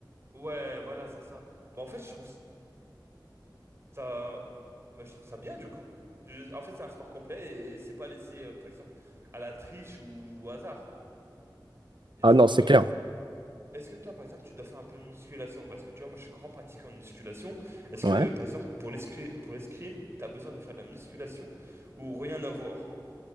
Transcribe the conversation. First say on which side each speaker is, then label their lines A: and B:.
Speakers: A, on the right; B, on the right.
A: ouais, voilà, c'est ça. Bah, en fait, je trouve ça, moi, je trouve ça bien du coup. Je- En fait, c'est un sport complet et c'est pas laissé, euh, par exemple, à la triche ou au hasard. Et
B: Ah
A: du
B: non,
A: coup,
B: c'est
A: euh,
B: clair.
A: est-ce que toi, par exemple, tu dois faire un peu de musculation? Parce que tu vois, moi, je suis grand pratiquant de musculation. Est-ce
B: Ouais.
A: que, euh, par exemple, pour l'escrime, pour l'escrime, t'as besoin de faire de la musculation ou rien à voir?